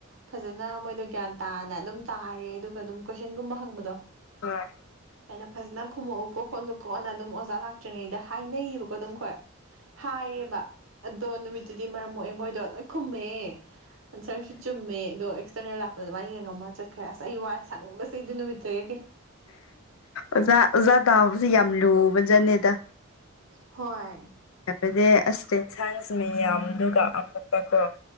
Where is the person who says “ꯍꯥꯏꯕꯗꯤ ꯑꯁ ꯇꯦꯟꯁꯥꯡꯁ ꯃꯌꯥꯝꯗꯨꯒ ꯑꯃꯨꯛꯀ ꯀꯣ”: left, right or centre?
Left